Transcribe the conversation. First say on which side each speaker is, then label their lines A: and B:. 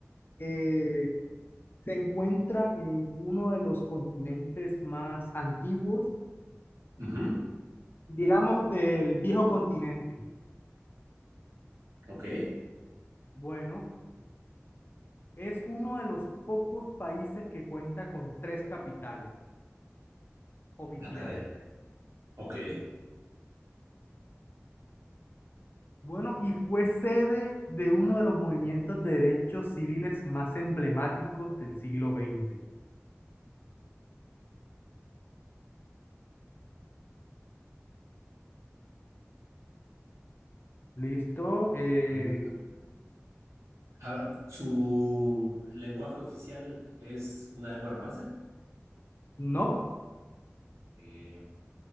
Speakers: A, on the left; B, on the right.
A: eh, Se encuentra en uno de los continentes más antiguos,
B: Ujú.
A: digamos del viejo continente.
B: Ok.
A: Bueno, es uno de los pocos países que cuenta con tres capitales oficiales.
B: Ah, caray. Ok.
A: Bueno, y fue sede de uno de los movimientos de derechos civiles más emblemáticos del siglo XX. ¿Listo? Eh,
B: Mm, Ahora, ¿su lenguaje oficial es una lengua romance?
A: no,
B: Eh,